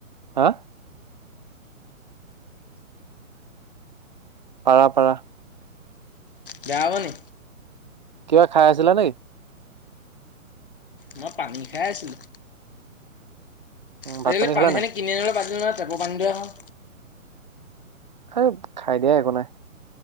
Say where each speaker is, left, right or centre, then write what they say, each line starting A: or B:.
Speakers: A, on the right; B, on the left.
A: হা। পাৰা পাৰা।
B: বেয়া হব নি?
A: কিবা খাই আছিলা নেকি?
B: মই পানী খাই আছিলো সেই
A: ভাত
B: বুলি পানী
A: খালা
B: চানী
A: নাই
B: কিনি আনিবলৈ বাদ দিলো নহয়, টেপৰ পানীকে খাওঁ।
A: হেই খাই দিয়া একো নাই।